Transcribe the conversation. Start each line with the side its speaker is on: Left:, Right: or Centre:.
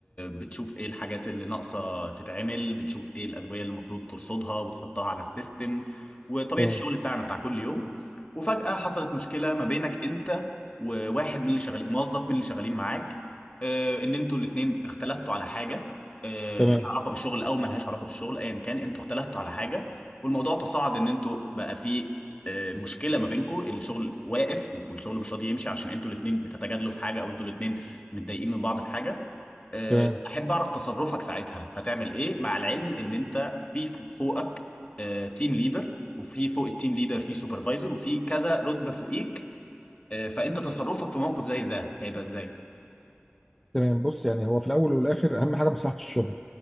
Left: بتشوف ايه الحاجات اللي ناقصة تتعمل بتشوف ايه الأدوية اللي المفروض ترصدها وتحطها على السيستم وطبيعة
Centre: تمام
Left: الشغل بتاعنا بتاع كل يوم وفجأة حصلت مشكلة ما بينك انت وواحد من اللي شغالين موظف من اللي شغالين معاك آه، ان انتوا الاتنين اختلفتوا على حاجة آه،
Centre: تمام
Left: لها علاقة بالشغل او ملهاش علاقة بالشغل ايا كان انتوا اختلفتوا على حاجة والموضوع تصاعد ان انتوا بقى فيه آه، مشكله ما بينكم الشغل واقف والشغل مش راضي يمشي عشان انتوا الاثنين بتتجادلوا في حاجه او انتوا الاثنين متضايقين من بعض في حاجه آه،
Centre: تمام
Left: احب اعرف تصرفك ساعتها هتعمل ايه مع العلم ان انت في ف- فوقك تيم ليدر وفي فوق التيم ليدر في سوبرفايزر وفي كذا رتبه فوقيك آه، فانت تصرفك في موقف زي ده هيبقى ازاي
Centre: تمام بص يعني هو في الاول والاخر اهم حاجه مصلحه الشغل